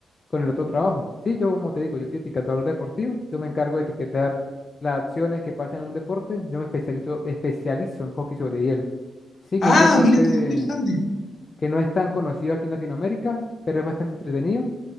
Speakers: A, on the left (about 40°); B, on the left (about 60°).
A: con el otro trabajo. Sí, yo como te digo, yo soy etiquetador deportivo, yo me encargo de etiquetar las acciones que pasan en un deporte, yo me especializo, especializo en hockey sobre hielo. Sí, que
B: Ah,
A: es un deporte
B: mira qué interesante.
A: que no es tan conocido aquí en Latinoamérica, pero es bastante entretenido